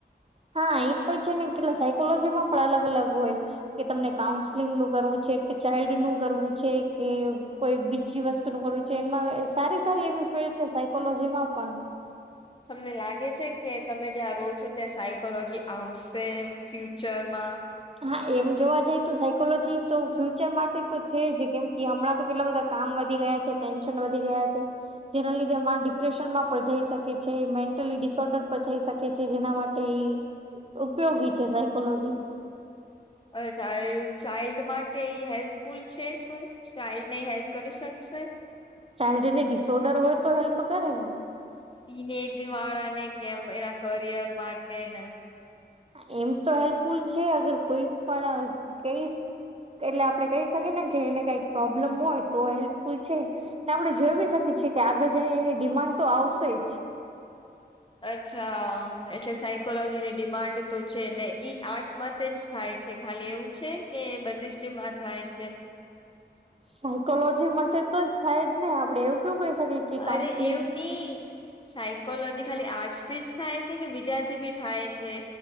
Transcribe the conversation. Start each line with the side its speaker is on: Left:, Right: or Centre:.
Right: હા એ પણ છે ને કેટલા સાયકોલોજી માં પણ અલગ અલગ હોય. કે તમને કાઉન્સલિંગ નું કરવું છે કે, ચાઇલ્ડ નું કરવું છે કે કોઈ બીજી વસ્તુ નુ કરવું છે એમાં સારી સારી એવી ફિલ્ડ છે સાયકોલોજીમાં પણ.
Left: તમને લાગે છે કે તમે જ્યાં રો છો ત્યાં સાયકોલોજી આવશે એમ ફ્યુચરમાં?
Right: હા એમ જોવા જઈ તો સાયકોલોજી તો ફ્યુચર માટે તો છે જ કેમ કે હમણાં તો કેટલા બધા કામ વધી ગયા છે, ટેન્શન વધી ગયા છે. જેના લીધે મા ડિપ્રેશનમાં પણ જઈ શકે છે, મેન્ટલી ડિસઓર્ડર પણ થઈ શકે છે જેના માટે એ ઉપયોગી છે સાયકોલોજી.
Left: અચ્છા. ચાઇલ્ડ માટે હેલ્પફુલ છે શું? ચાઇલ્ડ ની હેલ્પ કરી શકશે?
Right: ચાઇલ્ડ ને ડિસઓર્ડર હોય તો હેલ્પ કરે.
Left: ટીનએજ વાળા ને કે એમ એના કરિયર માટે ને.
Right: હા એમ તો હેલ્પફુલ છે અગર કોઈ પણ કેસ એટલે આપડે કેય શકીએ ને કે એને કઈક પ્રોબ્લમ હોય તો હેલ્પફુલ છે. ને આપડે જોઈ બી શકીએ છીએ કે આગળ જઈ એની ડિમાન્ડ તો આવશે જ.
Left: અચ્છા એટલે સાયકોલોજીની ડિમાન્ડ તો છે ને ઈ આર્ટસમાં જ થાય છે ખાલી એવું છે કે બધી જ સ્ટ્રીમમાં થાય છે.
Right: સાયકોલોજી માટે તો થાય જ ને આપડે એવું કેવું કહી શકીએ કે
Left: અરે
Right: કાઉન્સલિંગ
Left: એવું ની. સાયકોલોજી ખાલી આટૅસ થી જ થાય છે કે બીજાથી બી થાય છે?